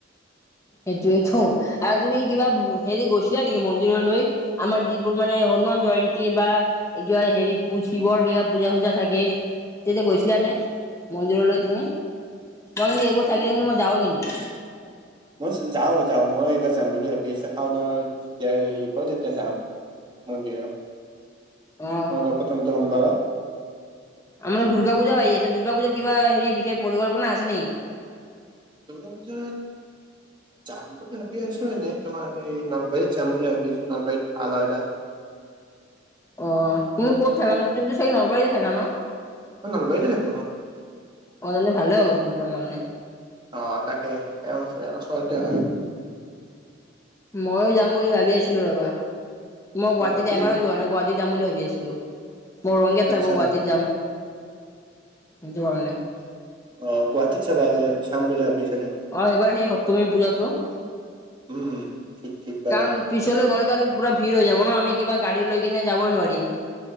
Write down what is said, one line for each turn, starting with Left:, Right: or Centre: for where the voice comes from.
Left: সেইটোৱেটো আৰু তুমি কিবা হেৰি গৈছিলা নেকি মন্দিৰলৈ আমাৰ যিবোৰ মানে হনুমান জয়ন্তী বা কিবা হেৰি পুইছে শিৱৰ কিবা পূজা চূজা থাকে তেতিয়া গৈছিলানে মন্দিৰলৈ তুমি মই কিন্তু এইবোৰ থাকিলে কিন্তু মই যাও কিন্তু
Right: মই যাও যাও মই এইবাৰ যাম বুলি ভাবি আছো, শাওনৰ তেতিয়া হেৰি ক তেতিয়া যাম। অ দিয়া অ
Left: অ'।
Right: প্ৰথমটো সোমবাৰত।
Left: আমাৰ দুৰ্গা পূজা হৈ আছে দুৰ্গা পূজাৰ কিবা হেৰি বিশেষ পৰিকল্পনা আছে নেকি?
Right: দুৰ্গা পূজাত যাম বুলি ভাবি আছো এনেই তোমাৰ সেই নলবাৰীত যাম বুলি ভাবি আছো নলবাৰীত ভাল হয় তাত।
Left: অ তুমি ক'ত থাকা ন তুমিতো চৈল নলবাৰীত থাকা ন।
Right: মই নলবাৰীতে থাকো ন
Left: অজনে ভালে
Right: সেইকাৰণে
Left: হ'বচোন তোমাৰ কাৰণে।
Right: অ তাকে তেওঁ ওচৰতে হয়।
Left: ময়ো যাম বুলি ভাবি আছিলো ৰবা। মই গুৱাহাটীত
Right: অ তুমি
Left: এবাৰো যোৱা নাই গুৱাহাটী যাম বুলি ভাবি আছিলো। মই ৰঙগীয়াত
Right: আচ্ছা
Left: থাকো গুৱাহাটীত যাম। <unintelligible>
Right: অ গুৱাহাটীত চাবা হ'লে চাম বুলি ভাবিছা তুমি।
Left: অ এইবাৰ সেই সপ্তমী পূজাটো।
Right: উম ঠিক বাৰু
Left: কাৰণ পিছলৈ গ'লেটো আৰু পুৰা ভিৰ হৈ যাব ন আমি কিবা গাড়ী লৈ কিনে যাবই নোৱাৰিম।